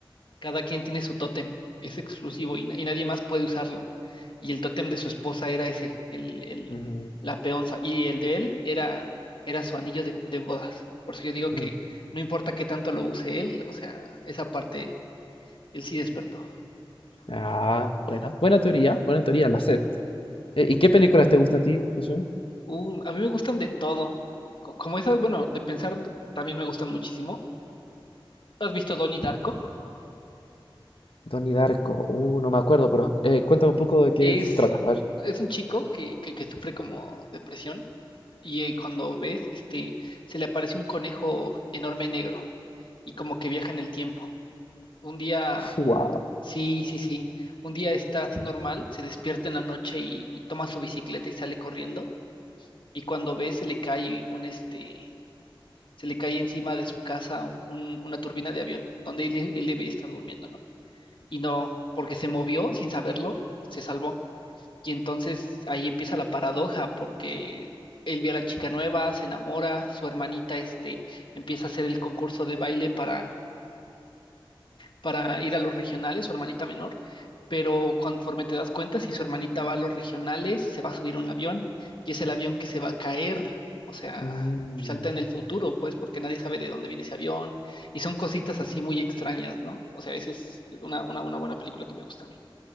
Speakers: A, on the left; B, on the left.
A: Cada quien tiene su tótem, es exclusivo y, na- y nadie más puede usarlo. Y el tótem de su esposa era ese, el, el-
B: Ujú,
A: la peonza, y el de él era, era su anillo de, de bodas. Por eso yo digo
B: mm.
A: que no importa qué tanto lo use él, o sea, esa parte, él sí despertó.
B: Ah, buena, buena teoría, buena teoría, la sé. Eh, ¿Y qué películas te gusta a ti, Josué?
A: Uh, a mí me gustan de todo. Co- Como esas, bueno, de pensar también me gustan muchísimo. ¿Has visto Donnie Darko?
B: Donnie Darko. Uh, no me acuerdo, pero eh, cuéntame un poco de qué
A: Es,
B: se trata. A ver.
A: es un chico que, que, que sufre como depresión y eh, cuando ves, este, se le aparece un conejo enorme negro y como que viaja en el tiempo. Un día,
B: <laughs> Wow.
A: sí, sí, sí, un día está así normal, se despierta en la noche y, y toma su bicicleta y sale corriendo y cuando ve se le cae un, este, se le cae encima de su casa un- un- una turbina de avión donde él, él debe estar durmiendo, ¿no? Y no, porque se movió sin saberlo, se salvó. Y entonces ahí empieza la paradoja, porque él ve a la chica nueva, se enamora, su hermanita este, empieza a hacer el concurso de baile para, para ir a los regionales, su hermanita menor, pero conforme te das cuenta, si su hermanita va a los regionales, se va a subir un avión y es el avión que se va a caer, o sea,
B: Mm,
A: salta en el futuro, pues, porque nadie sabe de dónde viene ese avión y son cositas así muy extrañas, ¿no? O sea, esa es una, una, una buena película que me gusta a mí.